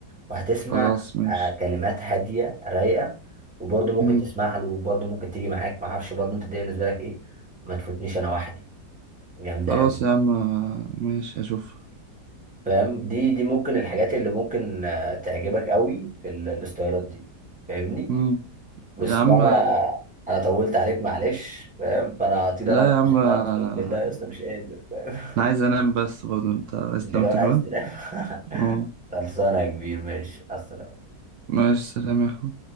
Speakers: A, in the centre; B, on the right.
A: وهتسمع
B: خلاص ماشي
A: آه كلمات هاديه رايقه وبرضه ممكن
B: مم.
A: تسمع له وبرضه ممكن تيجي معاك معرفش برضه انت دي بالنسبه لك ايه ما تفوتنيش انا واحده جامدة
B: خلاص
A: أوي
B: يا عم ماشي أشوف
A: فاهم دي دي ممكن الحاجات اللي ممكن آه، تعجبك أوي في ال- الاستايلات دي فاهمني
B: مم.
A: بس
B: يا
A: بقى
B: عم
A: أنا أنا طولت عليك معلش فاهم فأنا هطير
B: لا
A: أنا بقى
B: يا عم
A: عشان
B: آه،
A: أنا أقسم بالله يا أسطى مش قادر فاهم
B: انا عايز انام بس برضه انت عايز
A: <laughs> أنت
B: تنام
A: كمان
B: انت
A: عايز
B: كمان
A: تنام <laughs>
B: اه
A: خلصانة يا كبير ماشي على السلامة
B: ماشي سلام يا اخوي